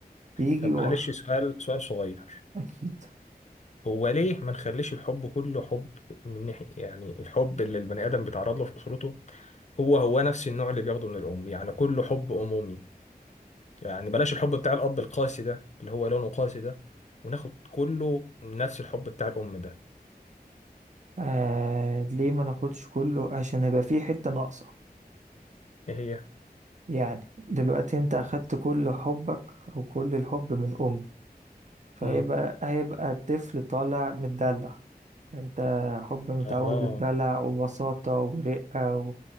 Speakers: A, on the right; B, on the left.
A: يجي
B: طب
A: و...
B: معلش سؤال سؤال صغير
A: أكيد
B: هو ليه ما نخليش الحب كله حب من ناحية يعني الحب اللي البني آدم بيتعرض له في أسرته هو هو نفس النوع اللي بياخده من الأم يعني كله حب أمومي يعني بلاش الحب بتاع الأب القاسي ده اللي هو لونه قاسي ده وناخد كله نفس الحب بتاع الأم ده
A: آه ليه ما ناخدش كله عشان هيبقى فيه حتة ناقصة
B: إيه هي؟
A: يعني دلوقتي انت اخدت كل حبك او كل الحب من ام فهيبقى
B: مم.
A: هيبقى الطفل طالع متدلع انت حب متعود
B: أها
A: الدلع وبساطة ورقة و...